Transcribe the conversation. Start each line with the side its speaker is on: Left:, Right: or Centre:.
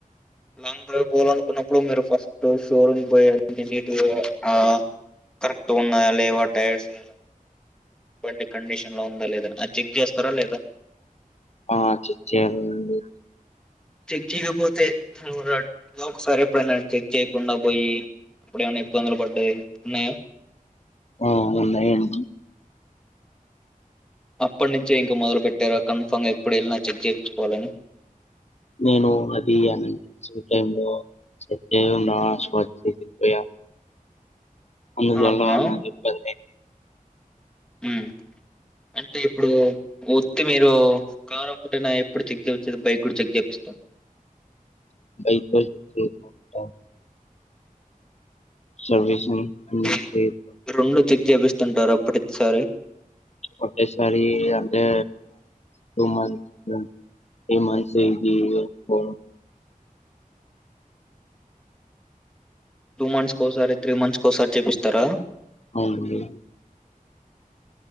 Centre: లాంగ్ డ్రైవ్ పోవాలనుకున్నప్పుడు మీరు ఫస్టూ షోరూమ్ పోయచ్చి <unintelligible> ఆ కరెక్ట్ ఉన్నాయా లేవా టైర్సు అలా బండి కండిషన్ లో ఉందా లేదా అది చెక్ చేస్తారా లేదా?
Left: ఆ చెక్ చేయాలండీ.
Centre: చెక్ చేయకపోతే ఎవరడ్ ఒకసారి ఎప్పుడైనా చెక్ చెయకుండా బోయి ఇప్పుడు ఏమన్న ఇబ్బందులు పడ్డయీ ఉన్నయా.
Left: ఆ ఉన్నాయి అన్
Centre: అప్పటినుంచే ఇంకా మొదలు పెట్టారా కన్ఫామ్ గా ఎప్పుడు ఎళ్ళినా చెక్ చేపిచ్చుకోవాలని
Left: నేను అదీ అన్ చ్ టైం లో సతే నా స్కజ్ చేయా అందువల్ల
Centre: ఆహా
Left: నాక్ ఇబ్బంది అయ్యింది
Centre: ఉమ్ అంటే ఇప్పుడూ ఒత్తి మీరు కారు ఒక్కటేనా ఎప్పుడు చెక్ చేపిచ్చేది. బైక్ కూడా చెక్ చేపిస్
Left: బైక్ పైక్ వచ్చే పో సర్వీసింగ్ అన్ని
Centre: చై
Left: చేయ-
Centre: రెండు చెక్ చేపిస్తుంటార అప్పటి చ్చారీ
Left: ఒకటేసరి అంటే టూ మంత్స్ మ్ త్రీ మంత్స్ ఈమ్ ఈ ఇయ్యకపోవడం
Centre: టూ మంత్స్ కోసారి త్రీ మంత్స్ కోసారి చేపిస్తారా?
Left: అవును బ్రో